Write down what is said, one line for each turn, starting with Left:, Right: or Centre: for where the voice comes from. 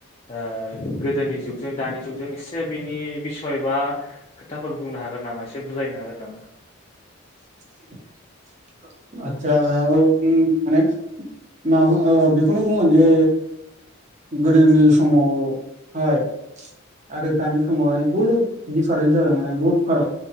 Left: ओ गोदोनि जुगजों दानि जुगजों। जों एसे बिनि बिसय बा खोथाफोर बुंनो हागोन नामा? एसे बुजायनो हागोन नामा?
Right: <inaudible> आतसा औ माने मा ओ बेखौनो बुंगोन जे गोदोनि समावहाय आरो दानि समावहाय बहुत दिफारेन्स जाबाय माने बहुत फाराक
Left: औ